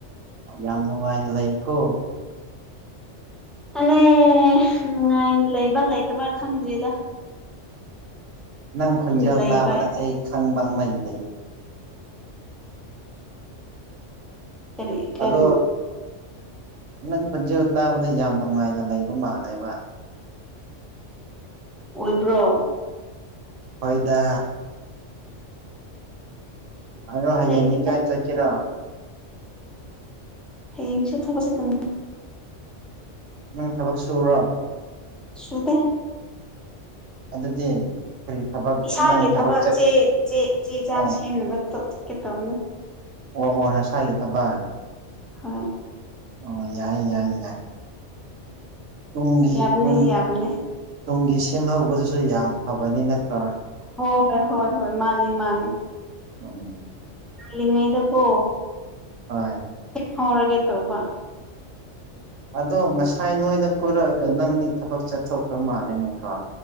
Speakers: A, on the right (about 80°); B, in the centre.
A: ꯌꯥꯝ ꯅꯨꯡꯉꯥꯏꯅ ꯂꯩꯀꯣ
B: ꯑꯂꯦ ꯅꯨꯡꯉꯥꯏ ꯂꯩꯕ ꯂꯩꯇꯕ ꯈꯪꯗ꯭ꯔꯤꯗ
A: ꯅꯪ ꯈꯣꯟꯖꯦꯜ
B: ꯑꯗꯨꯝ ꯂꯩꯕ
A: ꯇꯥꯕꯗ ꯑꯩ ꯈꯪꯕ ꯑꯃ ꯂꯩ
B: ꯀꯔꯤ ꯀꯟ
A: ꯑꯗꯣ ꯅꯪ ꯈꫭꯟꯖꯦꯜ ꯇꯥꯕꯗ ꯌꯥꯝ ꯅꯨꯡꯉꯥꯏꯅ ꯂꯩꯕ ꯃꯥꯜꯂꯦꯕ
B: ꯑꯣꯏꯕ꯭ꯔꯣ
A: ꯍꫭꯏꯗ ꯑꯗꫭ ꯍꯌꯦꯡꯗꯤ
B: ꯂꯩꯇꯦꯗ
A: ꯀꯥꯏ ꯆꯠꯀꯦꯔꯣ
B: ꯍꯌꯦꯡꯁꯨ ꯊꯕꯛ ꯆꯟꯀꯅꯤ
A: ꯅꯪ ꯊꯕꯛ ꯁꯨꯕꯔꯣ
B: ꯁꯨꯗ‌ꯦ
A: ꯑꯗꯨꯗꯤ ꯀꯔꯤ ꯊꯕꯛ
B: ꯏꯁꯥꯒꯤ
A: ꯅꯪ
B: ꯊꯕꯛ
A: ꯆꯠ
B: ꯆꯦ ꯆ‌ꯦ ꯆꯦ ꯆꯥꯡ
A: ꯑꯣ
B: ꯁꯦꯝꯅꯕ ꯆꯠꯀꯦ ꯇꯧꯕꯅꯤ
A: ꯑꯣ ꯑꯣ ꯅꯁꯥꯒꯤ ꯊꯕꯛ
B: ꯍꯥꯎ <unintelligible>
A: ꯑꯣ ꯌꯥꯏ ꯌꯥꯏ ꯌꯥꯏ ꯇꯨꯡꯒꯤ
B: ꯌꯥꯕꯅꯤ
A: ꯇꯨꯡꯒꯤ
B: ꯌꯥꯕꯅꯤ
A: ꯇꯨꯡꯒꯤ ꯁꯦꯝꯍꯧꯕꯗꯁꯨ ꯌꯥꯝ ꯐꯕꯅꯤ ꯅꯠꯇ꯭ꯔꯥ
B: ꯍꯣꯏ ꯍꯣꯏ ꯍꯣꯏ ꯍꯣꯏ ꯃꯥꯅꯤ ꯃꯥꯅꯤ
A: ꯎꯝ
B: ꯀꯜꯂꯤꯉꯩꯗ ꯀꯣ
A: ꯍꯣꯏ
B: ꯍꯔꯒꯦ ꯇꯧꯧꯕ
A: ꯑꯗꯣ ꯉꯁꯥꯏ ꯅꯣꯏꯅ ꯀꯣꯏꯔꯛꯑꯒ ꯅꯪꯗꯤ ꯊꯕꯛ ꯆꯠꯊꯣꯛꯈ꯭ꯔ ꯃꯥꯜꯂꯦꯅꯦꯀꯣ